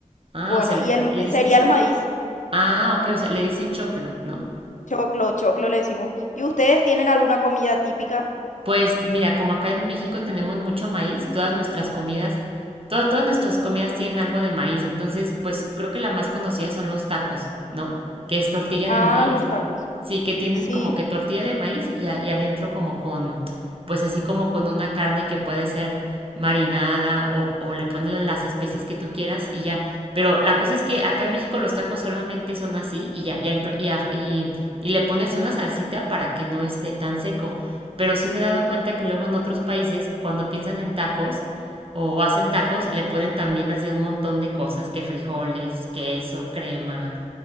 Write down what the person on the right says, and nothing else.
Ah,
o sea,
le dicen,
ah, ok, o sea, le dicen choclo, ¿no?
Pues mira, como acá en México tenemos mucho maíz, todas nuestras comidas, to- todas nuestras comidas tienen algo de maíz, entonces pues creo que la más conocida son los tacos, ¿no? Que es tortilla
de maíz
Sí, que tienen
como que tortilla de maíz y, a- y adentro como con, pues así como con una carne que puede ser marinada o, o le ponen las especies que tú quieras y ya. Pero la cosa es que acá en México los tacos solamente son así y ya, ya entro- y, a- y, y le pones una salsita para que no esté tan seco. Pero sí me he dado cuenta que luego en otros países, cuando piensan en tacos o hacen tacos, le ponen también así un montón de cosas, que frijoles, queso, crema